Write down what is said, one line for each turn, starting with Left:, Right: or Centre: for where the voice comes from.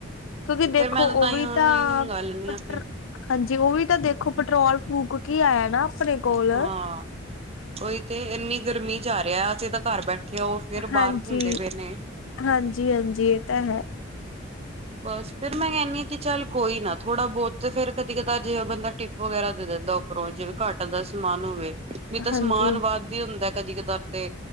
Left: ਤੁਸੀਂ ਦੇਖੋ
Right: ਫੇਰ ਮੈਂ ਤਾਂ ਤਾਂਹੀ
Left: ਉਹ ਵੀ
Right: ਔਨਲਾਈਨ
Left: ਤਾਂ
Right: ਹੀ ਮੰਗਵਾ ਲੈਂਦੀ
Left: ਪਟਰ।
Right: ਹਾਂ ਫਿਰ
Left: ਹਾਂਜੀ ਉਹ ਵੀ ਤਾਂ ਦੇਖੋ ਪੈਟਰੋਲ ਫੂਕ ਕੇ ਆਇਆ ਨਾ। ਆਪਣੇ ਕੋਲ
Right: ਹਾਂ, ਉਹੀ ਤੇ ਇੰਨੀ ਗਰਮੀ ਜਾ ਰਿਹਾ ਅਸੀਂ ਤਾਂ ਘਰ ਬੈਠੇ। ਤੇ ਉਹ ਫੇਰ ਬਾਹਰ
Left: ਹਾਂਜੀ
Right: ਘੁੰਮਦੇ ਪਏ ਨੇ।
Left: ਹਾਂਜੀ ਹਾਂਜੀ ਇਹ ਤਾਂ ਹੈ।
Right: ਬਸ ਫਿਰ ਮੈਂ ਕਹਿੰਦੀ ਹਾਂ ਕਿ ਚੱਲ ਕੋਈ ਨਾ ਥੋੜ੍ਹਾ ਬਹੁਤ ਫੇਰ ਕਦੀ ਕਦਾ ਜਿਹਾ ਬੰਦਾ ਟਿਪ ਵਗੈਰਾ ਦੇ ਦਿੰਦਾ ਉਹ। ਉਪਰੋਂ ਜਿਵੇਂ ਘੱਟ ਦਾ ਸਮਾਨ ਹੋਵੇ ਵੀ ਤਾਂ
Left: ਹਾਂਜੀ
Right: ਸਮਾਨ ਵੱਧ ਹੀ ਹੁੰਦਾ ਕਦੀ ਕਧਾਰ ਤੇ।